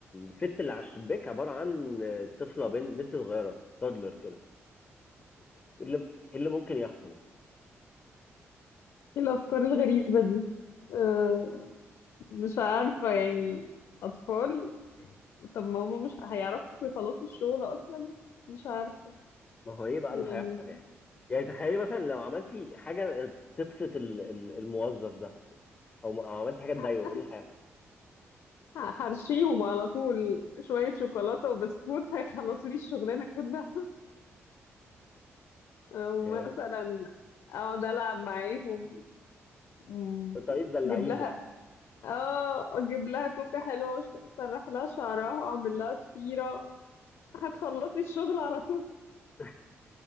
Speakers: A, on the left; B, on the left.
A: الست اللي على الشباك عباره عن طفله بنت بنت صغيره تادلر كده إيه اللي إيه اللي ممكن يحصل
B: ايه الافكار الغريبه دي أه مش عارفه يعني اطفال طب ما هما مش هيعرفوا يخلصوا الشغل اصلا مش عارفه
A: ما هو ايه بقى
B: يعني
A: اللي هيحصل يعني يعني تخيلي مثلا لو عملتي حاجه تبسط ال- ال- الموظف ده او أو عملتي حاجه تضايقه
B: ه-
A: ايه اللي هيحصل
B: هرشيهم على طول شويه شوكولاته وبسكوت هيخلصوا لي الشغلانه كلها أه، ومثلا
A: يعني
B: اقعد العب معاهم مم،
A: طريقه تدلعيهم
B: اجيب لها اه اجيب لها توكه حلوه سرح لها شعرها اعمل لها ضفيره هتخلص لي الشغل على طول
A: <laughs>